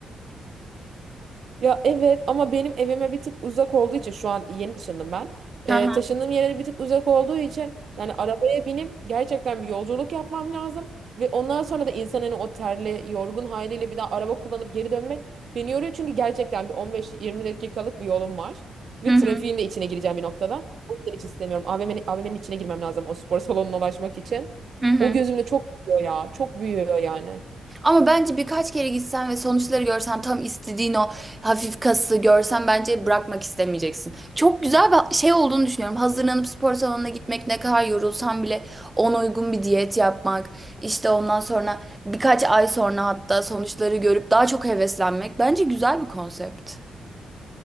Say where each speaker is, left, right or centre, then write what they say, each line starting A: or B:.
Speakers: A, on the right; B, on the right.
A: Ya evet ama benim evime bir tık uzak olduğu için şu an yeni taşındım ben. Ee,
B: Hı hı.
A: taşındığım yere bir tık uzak olduğu için yani arabaya binip gerçekten bir yolculuk yapmam lazım. Ve ondan sonra da insanın o terli, yorgun haliyle bir daha araba kullanıp geri dönmek beni yoruyor. Çünkü gerçekten bir 15-20 dakikalık bir yolum var.
B: Hı
A: Ve
B: hı.
A: trafiğin de içine gireceğim bir noktada. O yüzden hiç istemiyorum. AVM'nin, AVM'nin içine girmem lazım o spor salonuna ulaşmak için.
B: Hı hı.
A: O gözümde çok büyüyor ya. Çok büyüyor yani.
B: Ama bence birkaç kere gitsen ve sonuçları görsen tam istediğin o hafif kası görsen bence bırakmak istemeyeceksin. Çok güzel bir şey olduğunu düşünüyorum. Hazırlanıp spor salonuna gitmek ne kadar yorulsan bile ona uygun bir diyet yapmak. işte ondan sonra birkaç ay sonra hatta sonuçları görüp daha çok heveslenmek. Bence güzel bir konsept.